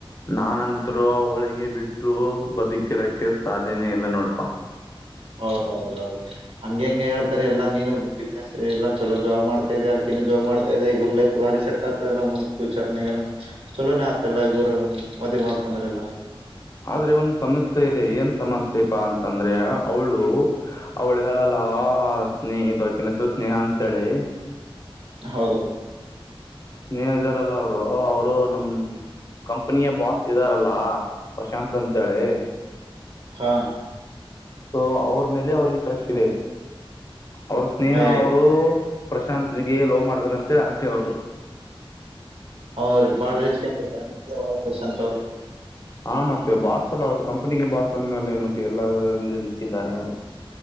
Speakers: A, on the left; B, on the right.
A: ನಾನಂತ್ರು ಆವ್ಳಿಗೆ ಬಿಟ್ಟು ಬದುಕಿರಕ್ಕೆ ಸಾಧ್ಯನೆೇ ಇಲ್ಲ ನೋಡ್ಪಾ.
B: ಹೌದ ಹೌದೌದು ಹಂಗೆ ಹೆಂಗೆ ಹೇಳ್ತಾರೆ ಎಲ್ಲಾ ನೀನು ಬಿಸ್ನೆಸ್ ಎಲ್ಲ ಚಲೋ ಜಾಬ್ ಮಾಡ್ತಾ ಇದೆ ಅಕಿನನು ಜಾಬ್ ಮಾಡ್ತಾ ಇದೆ ಇಬ್ಬರು ಲೈಫ್ ಬಾರಿ ಸೆಟ್ ಆಗ್ತದೆಲ್ಲ ಮುಂದ್ ಫ್ಯೂಚರ್ನಾಗ.. ಚಲೋನೇ ಆತಲ್ಲಾ ಇಬ್ಬರು ಮದುವೆ ಮಾಡ್ಕೊಂಡ್ರ ಎಲ್ಲ.
A: ಆದ್ರೆ ಒಂದ್ ಸಮಸ್ಯೆ ಇದೆ ಏನ್ ಸಮಸ್ಯೆ ಪ್ಪಾ ಅಂತಂದ್ರೆ ಅವಳು ಅವಳಿದಾಳಲ್ಲಾ ಸ್ನೇಹ ಆಕಿನ ಹೆಸರು ಸ್ನೇಹ ಅಂತೇಳಿ
B: ಹೌದೌದು
A: ಸ್ನೇಹ ಇದಾರಲ್ಲ ಅವ್ರು ಅವ್ರು ನಮ್ ಕಂಪನಿಯ ಬಾಸ್ ಇದ್ದಾರಲ್ಲ ಪ್ರಶಾಂತ್ ಅಂತೇಳಿ
B: ಹಾ
A: ಸೊ ಅವ್ರ್ ಮೇಲೆ ಅವ್ರಿಗೆ ಕ್ರಶ್ ಇದೆ ಅವ್ರು ಸ್ನೇಹ
B: ಏ
A: ಅವ್ರು ಪ್ರಶಾಂತ್ಗೆ ಲವ್ ಮಾಡ್ಬೇಕಂತೇಳಿ ಆಸೆ ಅವರದು
B: ಅವ್ರ್ ಬಾಳ ರಿಚ್ ಕ್ಯಾಂಡಿಡೇಟ್ ಅಂತ <unintelligible> ಅವರು
A: ಹಾ ಮತ್ತೆ ಬಾಸ್ ಅಲ್ಲ ಅವರು ಕಂಪ್ನಿಗೆ ಬಸ್ ಅಂದ ಮೇಲೆ ಮತ್ತೆ ಎಲ್ಲದ್ರಲ್ಲಿ ರಿಚ್ ಇದ್ದಾರೆ ಅವರು